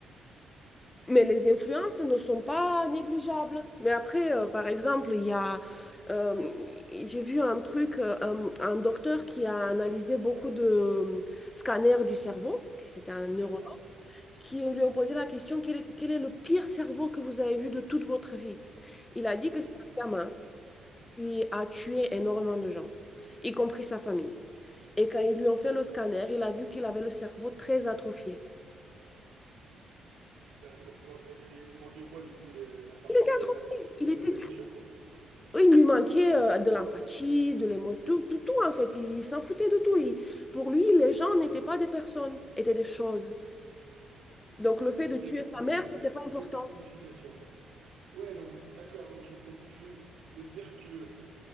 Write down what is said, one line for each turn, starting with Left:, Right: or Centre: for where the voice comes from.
Left: Mais les influences ne sont pas négligeables. Mais après, euh, par exemple, il y a, euh, j'ai vu un truc, euh, un, un docteur qui a analysé beaucoup de euh, scanners du cerveau, qui c'était un neurologue,
Right: D'accord.
Left: qui lui ont posé la question, quel est, quel est le pire cerveau que vous avez vu de toute votre vie? Il a dit
Right: Ok.
Left: que c'est un gamin qui a tué énormément de gens, y compris sa famille. Et quand ils lui ont fait le scanner, il a vu qu'il avait le cerveau très atrophié.
Right: Bah, Dans- son- dans- Et il lui manquait quoi du coup les- la partie
Left: Il était
Right: de,
Left: atrophié,
Right: de gestion
Left: il était
Right: des émotions?
Left: Il lui manquait euh, de l'empathie, de l'émotion, tout, tout, tout, en fait. Il s'en foutait de tout. Il- pour lui, les gens n'étaient pas des personnes, étaient des choses. Donc le fait
Right: Ok,
Left: de tuer
Right: donc
Left: sa
Right: là,
Left: mère, c'était pas
Right: dépersonnification.
Left: important.
Right: Ouais, donc d'accord, donc, je- donc tu veux dire que...